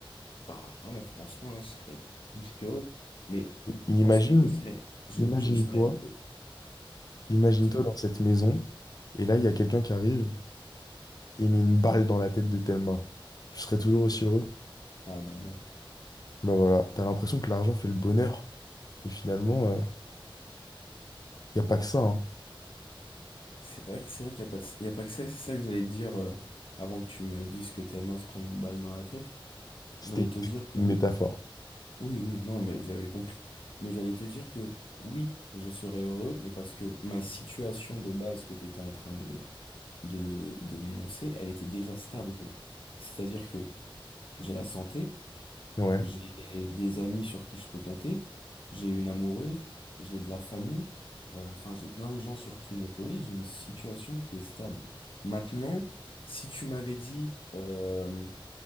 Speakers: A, on the left; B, on the left.
A: Bah ouais, franchement, là, je serais plus que heureux. Mais je
B: I-
A: pense
B: Imagine,
A: que je serais... Je,
B: imagine-toi.
A: je serais... euh,
B: Imagine-toi
A: dis-moi.
B: dans cette maison, et là, il y a quelqu'un qui arrive et met une balle dans la tête de Thelma. Tu serais toujours aussi heureux?
A: Ah bah non.
B: Bah voilà, t'as l'impression que l'argent fait le bonheur. Mais finalement, il n'y a pas que ça. hein.
A: C'est vrai, que- c'est vrai qu'il n'y a pas de- il y a pas que ça. C'est ça que j'allais te dire euh, avant que tu me dises que Telma se prenne une balle dans la tête.
B: C'était
A: J'allais te dire que...
B: une métaphore.
A: Oui, oui, non, mais j'avais compris. Mais j'allais te dire que oui, je serais heureux, mais parce que ma situation de base que tu étais en train de, de, de m'énoncer, elle était déjà stable. C'est-à-dire que j'ai la santé,
B: Ouais.
A: j'ai des amis sur qui je peux compter, j'ai une amoureuse, j'ai de la famille, euh, enfin, j'ai plein de gens sur qui m'épauler, j'ai une situation qui est stable. Maintenant, si tu m'avais dit, euh,